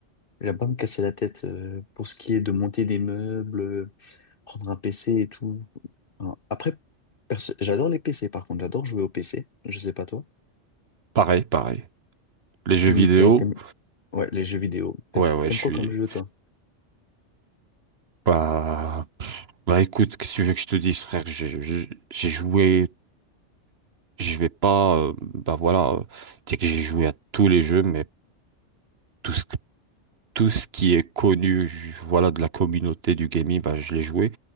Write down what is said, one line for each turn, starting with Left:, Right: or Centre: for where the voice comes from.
Left: J'aime pas me casser la tête euh, pour ce qui est de monter des meubles, euh, prendre un PC et tout. Enfin, Après, perso- j'adore les PC par contre, j'adore jouer au PC. Je sais pas toi.
Right: pareil, pareil. Les jeux
Left: Tu
Right: vidéo.
Left: joues- t'aimes, t'aimes- ouais, les jeux vidéo. T'a-
Right: Ouais, ouais,
Left: T'aimes
Right: je suis.
Left: quoi comme jeu toi?
Right: Bah, bah écoute, qu'est-ce que tu veux que je te dise, frère? J'ai j'ai- j'ai joué, je vais pas. euh, bah voilà, euh, dire que j'ai joué à tous les jeux, mais tout ce, tout ce qui est connu, je- voilà, de la communauté du gaming, bah je l'ai joué.